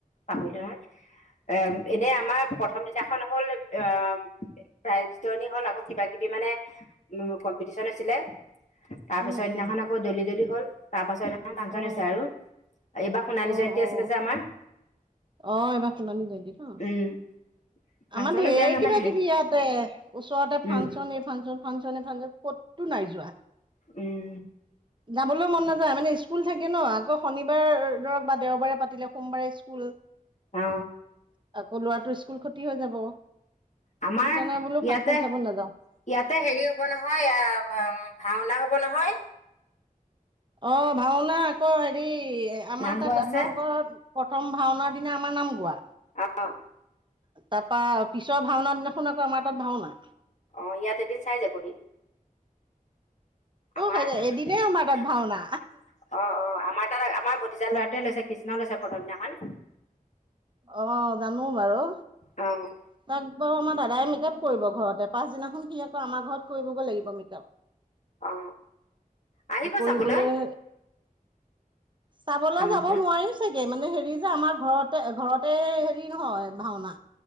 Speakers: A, on the left; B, on the right.
A: পাহৰি লো আৰু। এ, এনে আমাৰ প্ৰথম দিনাখন হ'ল আহ প্ৰাইজ বিতৰণি হল। আকৌ কিবা-কিবি মানে উ কম্পিটিচন হৈছিলে। তাৰ
B: উম
A: পিছত দিদিনাখন
B: উম
A: আকৌ দলি দলি হ'ল। তাৰ পাছত ন পাঁচজন
B: অ
A: হৈছে আৰু এইবাৰ সোণালী
B: অ
A: জয়ন্তী আছিলে
B: অ
A: যে আমাৰ।
B: অ, এইবাৰ শুনা নি যদি ন?
A: উম ফাংচনো
B: আমাৰ ধেৰ
A: বেয়া নালাগিলে
B: কিবা কিবি ইয়াতে ওচৰতে
A: উম
B: ফাংচন এই ফাংচন ফাংচন। ক'তটো নাই যোৱা।
A: উম
B: যাবলৈ মন নাযায় মানে স্কুল থাকে ন, আকৌ শনিবাৰ বাৰে পাতিলে সোমবাৰে
A: অ
B: স্কুল ক্ষতি হৈ যাব।
A: আমাৰ
B: সেইকাৰণে বোলো
A: ইয়াতে-
B: ফাংচন চাব নাযাওঁ
A: ইয়াতে হেৰি হ'ব নহয় আ ভাওনা হব নহয়।
B: অ ভাওনা আকৌ হেৰি আমাৰ
A: নাম
B: তাত
A: গোৱা
B: আপোনালোকৰ
A: আছে
B: প্ৰথম ভাওনা পিনে আমাৰ নাম গোৱা।
A: অ',
B: তাপা পিছৰ ভাওনা দিনাখন আকৌ আমাৰ তাত ভাওনা।
A: অ ইয়াত এদিন চাই যাবহি।
B: অ
A: আমাৰ
B: এদিনেই
A: অ
B: আমাৰ তাত ভাওনা
A: অ আমাৰ তাত আমাৰ ভতিজা লৰা গোতে লৈছে কৃষ্ণ লৈছে প্ৰথম দিনাখন।
B: অ জানো বাৰু।
A: অ',
B: তাক বাৰু আমাৰ দাদাই মেকআপ কৰিব ঘৰতে। পাছদিনাখন সি আকৌ আমাৰ ঘৰত কৰিবগৈ লাগিব মেকআপ।
A: অ। আহিব
B: কৰিবলৈ।
A: চাবলৈ
B: চাবলৈ
A: ভাওনা
B: যাব নোৱাৰিম চাগে মানে হেৰি যে আমাৰ ঘৰতে ঘৰতে হেৰি নহয় ভাওনা।